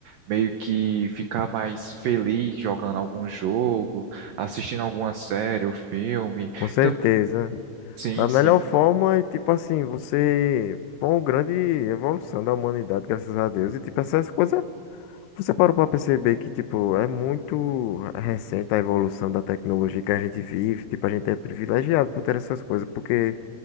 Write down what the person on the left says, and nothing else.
com certeza.
Da
melhor forma, e tipo assim, você foi uma grande evolução da humanidade, graças a Deus, e tipo essas coisas Você parou para perceber que, tipo, é muito recente a evolução da tecnologia que a gente vive. Tipo, a gente é privilegiado por ter essas coisas, porque